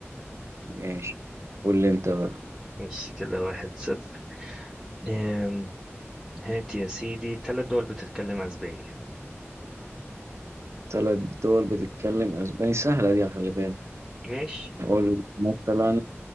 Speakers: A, on the right (about 70°); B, in the centre.
A: ماشي قول لي انت بقى
B: ماشي كده واحد صفر آه هات يا سيدي ثلاث دول بتتكلم أسبانيا
A: ثلاث دول بتتكلم اسباني سهله دي خلي بالك
B: ماشي
A: قول مثلا